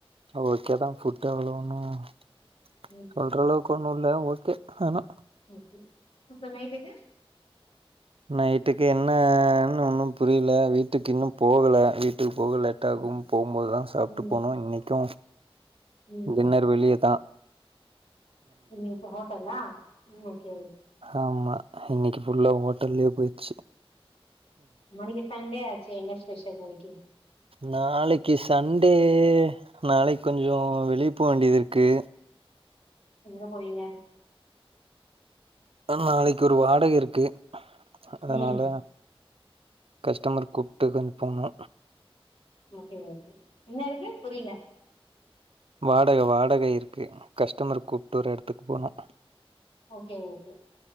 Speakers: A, on the right; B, on the left.
A: ஓகே தா ஃபுட் அவ்வளோ ஒன்னுசொல்ற
B: ம்
A: அளவுக்கு கொண்ணு இல்ல ஓகே ஆனா
B: ஓகே அப்ப நைட்டுக்கு
A: நைட்டுக்கு என்னன்னு ஒன்னு புரியல வீட்டுக்கு இன்னு போகல வீட்டுக்கு போகல லேட் லேட்டாகு
B: ம்
A: போ போதுதா சாப்பிட்டு
B: ம்
A: போனு இன்னைக்கு
B: ம்
A: டின்னர் வெளியே தா
B: இன் இப்ப ஹோட்டல்லா இன்னாகி
A: ஆமா இன்னைக்கு புல்ல ஹோட்டல்லயே போயிடுச்சு
B: நாளைக்கு சண்டே ஆச்சு என்ன ஸ்பெஷல் நாளைக்குக்கு
A: நாளைக்கு சண்டே நாளைக்கு கொஞ்சோ வெளியே போக வேண்டியது இருக்கு
B: எங்க போவிங்க
A: நாளைக்கு ஒரு வாடகை இருக்கு அதனால
B: ம்
A: கஸ்டமர் கூப்பிட்டு கொஞ்சோ போகணு
B: ஓகே ஓகே என்ன இருக்கு புரியல
A: வாடகை வாடகை இருக்கு கஸ்டமர் கூப்பிட்டு ஒரு இடத்துக்கு போனூ
B: ஓகே ஓகே